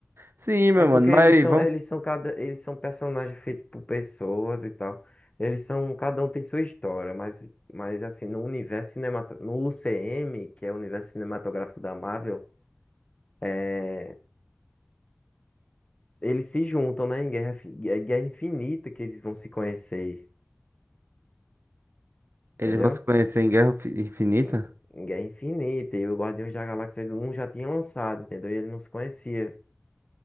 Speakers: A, on the right; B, on the left.
A: Sim, meu
B: É porque
A: mano, mas
B: eles são,
A: vamos,
B: eles são cada, eles são personagens feitos por pessoas e tal. Eles são, cada um tem sua história, mas, mas assim, no universo cinematográfico, no UCM, que é o universo cinematográfico da Marvel, é, eles se juntam, né, em Guerra, Fi- é Guerra Infinita que eles vão se conhecer,
A: eles
B: entendeu?
A: vão se conhecer em Guerra Fi- Infinita?
B: Em, em Guerra Infinita, e o Guardiões da Galáxia um já tinha lançado, entendeu? E ele não se conhecia.